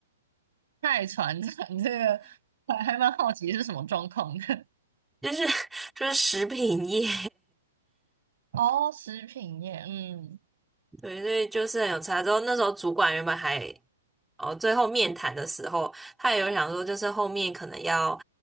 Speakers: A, on the right (about 65°); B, in the centre.
A: 太传产这个还还蛮好奇是什么状况的。
B: 就是 <laughs> 就是食品业。
A: <laughs> 哦，食品业，嗯，
B: 对，所以就是很有差。之后那时候主管原本还，哦，最后面谈的时候，他也有想说，就是后面可能要，